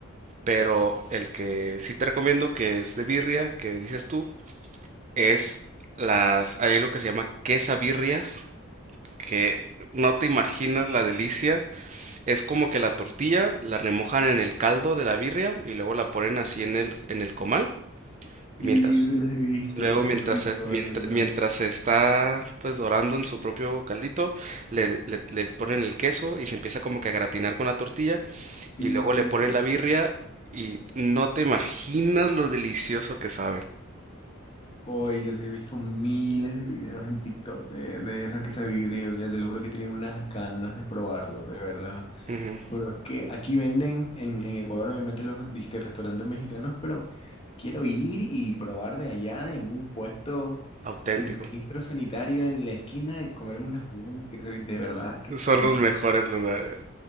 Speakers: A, on the right; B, on the left.
A: pero el que sí te recomiendo, que es de birria, que dices tú, es las, hay lo que se llama quesabirrias, que no te imaginas la delicia. Es como que la tortilla la remojan en el caldo de la birria y luego la ponen así en el, en el comal. Mientras
B: Sí, sí los he visto,
A: Luego,
B: qué
A: mientras
B: rico,
A: se, mientras,
B: de verdad.
A: mientras se está pues dorando en su propio caldito, le, le, le ponen el queso y se empieza como que a gratinar con la tortilla
B: Sí,
A: y luego
B: sí,
A: le ponen
B: sí, sí.
A: la birria y no te imaginas lo delicioso que sabe.
B: Hoy yo sí he visto miles de videos en TikTok de, de esa quesabirria. Yo te lo juro que tenía unas ganas de probarlo, de verdad.
A: Ujú,
B: Pero es que aquí venden, en, en Ecuador obviamente los disque restaurantes mexicanos, pero quiero ir y probar de allá en un puesto
A: Auténtico.
B: sin registro sanitario en la esquina y comerme unas buenas, que de de verdad, qué
A: Son
B: rico.
A: los mejores lugares.